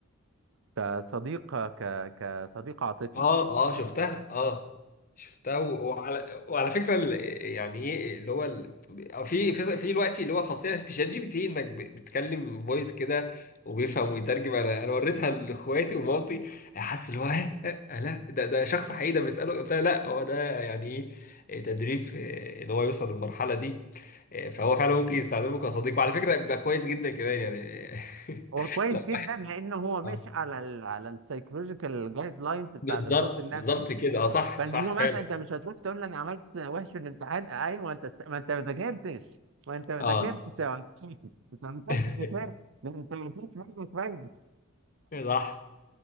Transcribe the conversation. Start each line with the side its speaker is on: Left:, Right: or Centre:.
Right: كصديق ك كصديق عاطفي
Left: اه اه شفتها اه شفتها و- وعلى وعلى فكره ال- يعني ايه اللي هو ال- أو في في في دلوقتي اللي هو خاصيه في شات جي بي تي انك ب- بتكلم فويس كده وبيفهم ويترجم انا انا وريتها لاخواتي ومامتي حاسس اللي هو آه، آه، لا ده ده شخص حقيقي ده بيساله قلت لها لا هو ده يعني ايه تدريب آه، ان هو يوصل للمرحله دي آه، فهو فعلا ممكن يستخدمه كصديق وعلى فكره بيبقى كويس جدا كمان يعني <laughs>
Right: هو كويس
Left: لا
Right: جدا لأنه هو ماشي
Left: آه.
Right: على ال على السايكولوجيكال جايد لاينز بتاعت
Left: بالظبط
Right: الطب النفسي
Left: بالظبط كده اه صح
Right: فاللي
Left: صح
Right: هو
Left: فعلا
Right: مثلا أنت مش هتروح تقول لي أنا عملت وحش في الامتحان أيوه أنت س- ما أنت ما ذاكرتش ما أنت ما
Left: اه
Right: ذاكرتش يا معلم. <laughs> أنت ما كنتش
Left: <laughs>
Right: ذاكرت ده أنت ما فيش منك فايدة
Left: صح